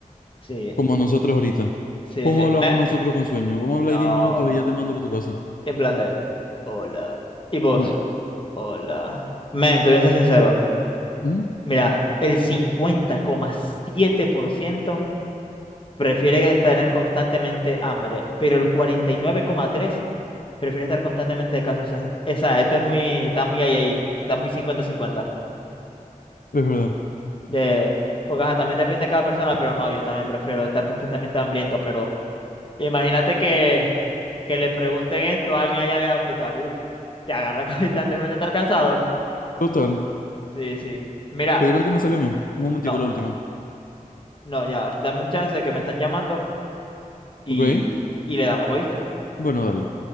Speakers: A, on the left (about 40°); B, on the left (about 80°).
A: Sí,
B: Como nosotros ahorita.
A: sí,
B: ¿Cómo
A: sí.
B: hablamos
A: Me...
B: nosotros con sueño? Vamos
A: No.
B: a hablar 10 minutos y ya te mando para tu casa.
A: En plan de. Hola. ¿Y vos?
B: Mea.
A: Hola. Men, te voy a ser sincero.
B: Mm,
A: Mira, el 50,7% prefiere tener constantemente hambre, pero el 49,3% prefiere estar constantemente descanso. O sea, esa, esto es muy. Está muy ahí, ahí. Está muy 50-50.
B: Es verdad.
A: De, porque ajá, también depende de cada persona, pero no, yo también prefiero estar constantemente hambriento, pero imagínate que, que le pregunten esto a alguien allá de África, uff, te agarra <laughs> constantemente estar cansado.
B: Total.
A: Sí, sí. Mira,
B: Que igual que me salió a mí. Un momentico,
A: no,
B: la última.
A: no, ya, dame un chance que me están llamando y,
B: Ok.
A: y le damos, ¿oíste?
B: Bueno, dale.